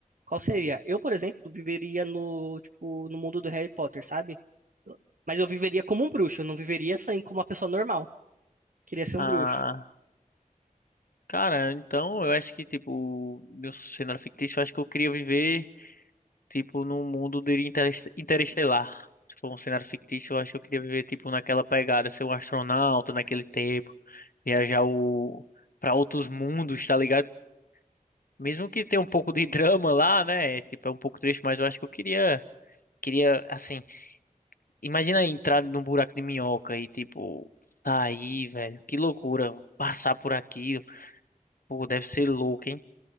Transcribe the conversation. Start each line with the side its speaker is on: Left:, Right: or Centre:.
Right: Qual seria? Eu, por exemplo, viveria no, tipo, no mundo do Harry Potter, sabe? Eu- Mas eu viveria como um bruxo, eu não viveria assim como uma pessoa normal. Queria ser
Left: Ah,
Right: um bruxo.
Left: cara, então eu acho que, tipo, no cenário fictício, eu acho que eu queria viver, tipo, num mundo de interest- interestelar. Se for um cenário fictício, eu acho que eu queria viver, tipo, naquela pegada, ser um astronauta naquele tempo, viajar o... pra outros mundos, tá ligado? Mesmo que tenha um pouco de <laughs> drama lá, né? Tipo, é um pouco triste, mas eu acho que eu queria, queria, assim Imagina aí entrar num buraco de minhoca e, tipo, sair, velho. Que loucura. Passar por aqui. Pô, deve ser louco, hein?